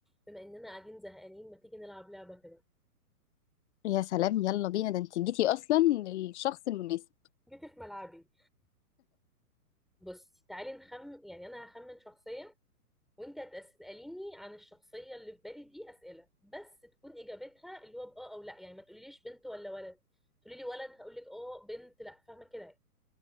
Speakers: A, in the centre; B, on the left.
A: بما اننا قاعدين زهقانين ما تيجي نلعب لعبة كده
B: يا سلام يلا بينا ده انت جيتي اصلا للشخص المناسب
A: جيتي في ملعبي بصي تعالي نخم يعني انا هخمن شخصية وانت هتسأليني عن الشخصية اللي في بالي دي أسئلة بس تكون اجابتها اللي هو بآه او لا يعني ما تقوليليش بنت ولا ولد تقولي لي ولد هقول لك اه بنت لا فاهمة كده يعني